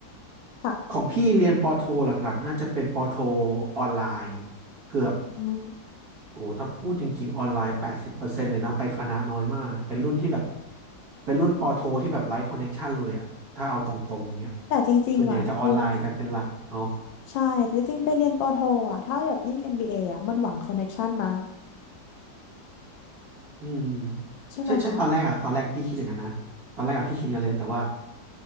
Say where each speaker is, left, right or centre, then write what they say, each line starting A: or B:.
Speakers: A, on the left; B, on the right.
A: ค่ะ
B: ของพี่เรียนปอโทหลักๆน่าจะเป็นปอโทออนไลน์เกือบ
A: อืม
B: โอ้ถ้าพูดจริงๆออนไลน์แปดสิบเปอร์เซ็นต์เลยนะไปคณะน้อยมากเป็นรุ่นที่แบบเป็นรุ่นปอโทที่แบบไร้คอนเน็กชันเลยอะถ้าเอาตรงๆเนี้ย
A: แต่จริงๆอะไปเรียน
B: ส่วนใหญ่จะออนไลน์กันเป็นหลักเนาะ
A: ใช่แต่จริงๆไปเรียนปอโทอ่ะถ้าแบบยิ่ง MBA อมบีเออ่ะมันหวังคอนเน c t ชันนะ
B: อืม
A: ใช่ไหมคะ
B: ใช่ใช่ตอนแรกอะตอนแรกพี่คิดอย่างนั้นนะตอนแรกอะพี่คิดกันเลยแต่ว่า